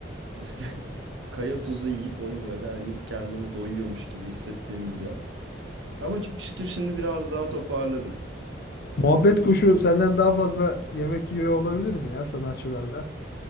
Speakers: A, on the right; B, on the left.
A: İşte <laughs> kaya tuzu yiyip onu böyle hani kendimi doyuyormuş gibi hissettiğimi biliyorum. Ama çok şükür şimdi biraz daha toparladım. Yani
B: Muhabbet kuşu senden daha fazla yemek yiyor olabilir mi ya sanatçılarda?